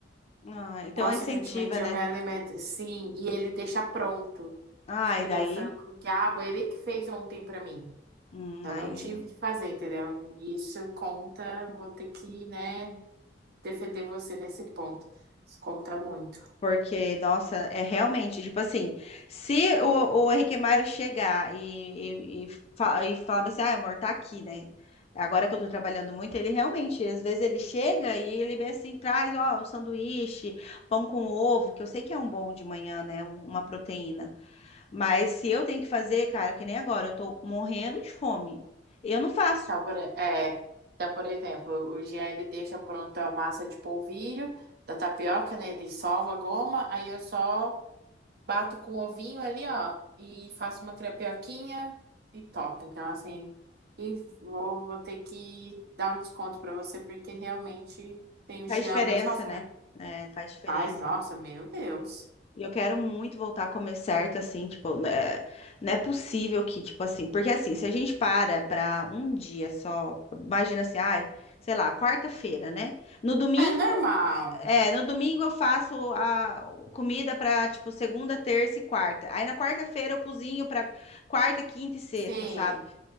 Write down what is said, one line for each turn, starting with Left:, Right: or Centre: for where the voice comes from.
Left: Ah, então
Right: Consequentemente,
Left: é incentiva,
Right: eu
Left: né?
Right: me alimento. Sim, e ele deixa pronto.
Left: Ai,
Right: Tipo,
Left: daí.
Right: né, o frango com quiabo, ele que fez ontem pra mim.
Left: Hum,
Right: Eu
Left: aí,
Right: não tive que fazer, entendeu? Isso conta, vou ter que, né, defender você nesse ponto. Isso conta muito.
Left: porque, nossa, é realmente, tipo assim, se o, o Henrique Mário chegar e, e, e, fa- e falar assim, ah, amor, tá aqui, né? Agora que eu tô trabalhando muito, ele realmente, às vezes ele chega e ele bem assim, traz, ó, um sanduíche, pão com ovo, que eu sei que é um bom de manhã, né? um- Uma proteína. Mas se eu tenho que fazer, cara, que nem agora, eu tô morrendo de fome. Eu não faço.
Right: Então, por, é, então, por exemplo, o Jean, ele deixa pronto a massa de polvilho, da tapioca, né, ele sova a goma, aí eu só Bato com ovinho ali, ó, e faço uma crepioquinha e topo. Então, assim, e vou, vou ter que dar um desconto pra você, porque realmente tem o
Left: Faz
Right: Jean
Left: diferença,
Right: a meu favor.
Left: né? É, faz diferença.
Right: Faz, nossa, meu Deus.
Left: E eu quero muito voltar a comer certo, assim, tipo, né, não é possível que, tipo assim, porque assim, se a gente para pra um dia só, imagina assim, ai, sei lá, quarta-feira, né? No domingo,
Right: É normal.
Left: é, no domingo eu faço a comida pra, tipo, segunda, terça e quarta. Aí na quarta-feira eu cozinho pra quarta, quinta e sexta,
Right: Sim.
Left: sabe?